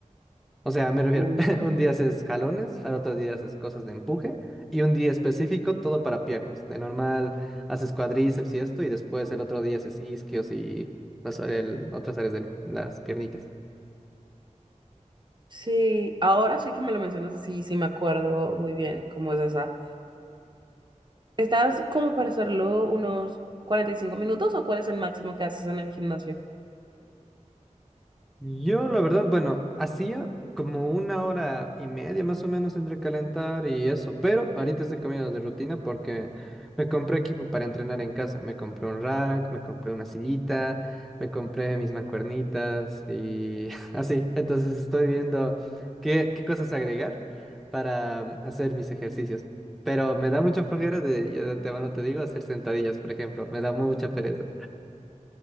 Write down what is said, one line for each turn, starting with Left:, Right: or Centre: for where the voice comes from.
Centre: O sea, me refiero,
Right: Mm.
Centre: <laughs> un día haces jalones, al otro día haces cosas de empuje y un día específico todo para piernas. De normal haces cuadríceps y esto y después el otro día haces isquios y las- el- otras áreas de las piernitas.
Right: Sí, ahora sí que me lo mencionas y sí, sí me acuerdo muy bien cómo es esa. ¿Estás como para hacerlo unos 45 minutos o cuál es el máximo que haces en el gimnasio?
Centre: Yo, la verdad, bueno, hacía como una hora y media más o menos entre calentar y eso, pero ahorita estoy cambiando de rutina porque me compré equipo para entrenar en casa. Me compré un rack, me compré una sillita, me compré mis mancuernitas y <laughs> así. Entonces estoy viendo qué, qué cosas agregar para mm, hacer mis ejercicios. Pero me da mucha flojera de, ya de antemano te digo, hacer sentadillas, por ejemplo. Me da mucha pereza.